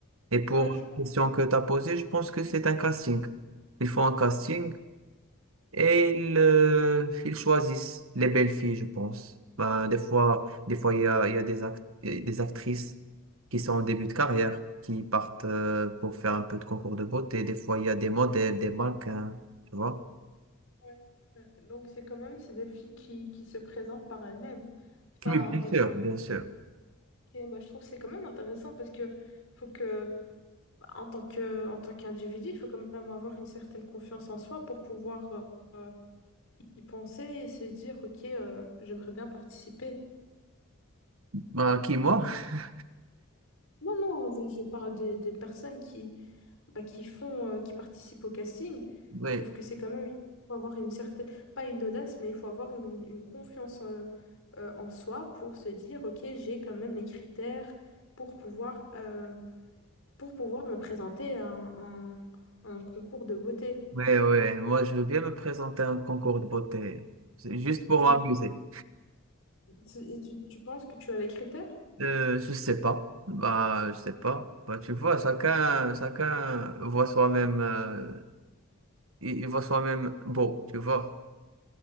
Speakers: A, on the right (about 70°); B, on the left (about 70°).
A: Et pour
B: Ouais, je...
A: la question que tu as posée, je pense que c'est un casting. Ils font un casting et ils, euh, ils choisissent les belles filles, je pense. Ben, des fois, des fois, il y a, il y a des act- il y a des actrices qui sont en début de carrière, qui partent euh, pour faire un peu de concours de beauté. Des fois, il y a des modèles, des mannequins, tu vois.
B: ouais. Ouais. Euh, Donc c'est quand même c'est des filles qui, qui se présentent par elles-mêmes. C'est pas
A: Oui,
B: un-
A: bien
B: on-
A: sûr, bien sûr.
B: ok, bah, je trouve que c'est quand même intéressant parce que faut que bah, en tant que en tant qu'individu, il faut quand même avoir une certaine confiance en soi pour pouvoir euh, euh, y penser et se dire ok, euh, j'aimerais bien participer.
A: Ben, qui, moi? <laughs>
B: Non, non, je je parle des, des personnes qui, bah, qui font, euh, qui participent au casting,
A: Oui,
B: je trouve que c'est quand même, il faut avoir une certaine, pas une audace, mais il faut avoir une, une confiance euh, euh, en soi pour se dire, ok, j'ai quand même les critères pour pouvoir, euh, pour pouvoir me présenter à un, un- un concours de beauté.
A: oui, oui. Moi, je veux bien me présenter à un concours de beauté. C'est juste pour
B: Tu,
A: m'amuser.
B: tu- et tu, tu penses que tu as les critères?
A: Euh, je sais pas. Bah, je sais pas. Bah, tu vois, chacun, chacun voit soi-même. euh, il, il voit soi-même beau, tu vois.